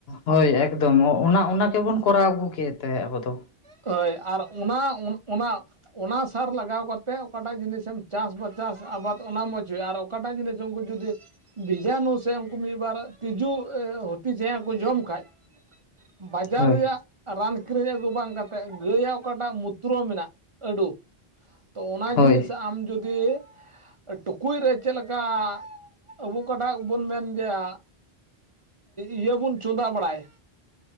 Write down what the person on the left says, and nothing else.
ᱦᱳᱭ ᱮᱠᱫᱚᱢ ᱚᱱᱟ ᱚᱱᱟ ᱠᱮᱵᱚᱱ ᱠᱚᱨᱟᱣ ᱟᱹᱜᱩ ᱠᱮᱫ ᱛᱟᱦᱮᱸᱫ ᱟᱵᱚ ᱫᱚ
ᱦᱳᱭ
ᱦᱳᱭ